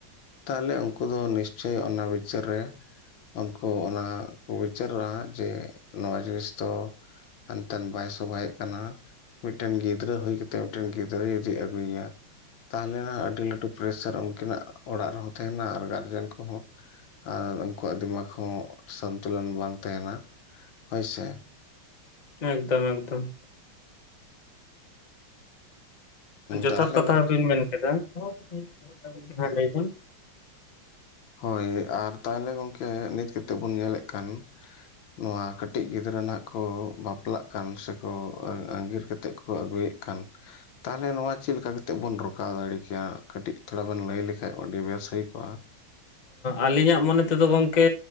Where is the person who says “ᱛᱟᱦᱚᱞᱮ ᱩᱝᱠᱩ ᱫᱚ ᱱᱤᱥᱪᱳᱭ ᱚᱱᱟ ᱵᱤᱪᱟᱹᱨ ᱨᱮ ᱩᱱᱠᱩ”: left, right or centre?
Left